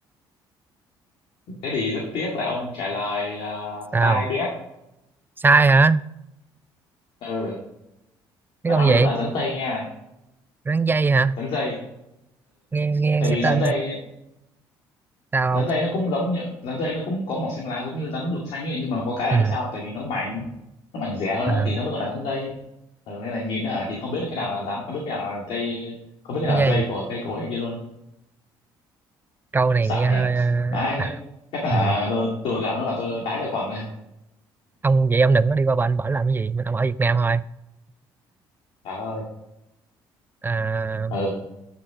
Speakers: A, on the left; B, on the right.
A: thế thì rất tiếc là ông trả lời ờ,
B: sao
A: sai bét
B: sai hả
A: ừ
B: cái
A: đáp
B: con
A: án
B: gì
A: đúng là rắn dây nha
B: rắn dây hả
A: rắn dây
B: nghe nghe
A: tại
B: nghe
A: vì rắn
B: tên
A: dây
B: sao
A: rắn
B: không
A: dây nó cũng giống như rắn dây nó cũng có màu xanh lá giống như rắn lục xanh ấy nhưng mà có cái là
B: ừ
A: biết sao không? tại vì nó mảnh nó mảnh rẻ hơn
B: à,
A: đó, thì nó mới gọi là rắn dây ừ, nên là nhìn nó thì không biết là cái nào là rắn không biết cái nào là dây không biết cái
B: cái
A: nào
B: dây
A: là dây của cây cối này kia luôn
B: câu này
A: Sại
B: nghe hơi
A: nhỉ?
B: ờ,
A: Đấy
B: à,
A: nhá. Chắc là
B: ừ.
A: hả, tôi tôi gặp nó là tôi đái ra quần đấy.
B: ông vậy ông đừng có đi qua bệnh bển làm cái gì mình ông ở Việt Nam thôi
A: Trời ơi.
B: à,
A: Ừ.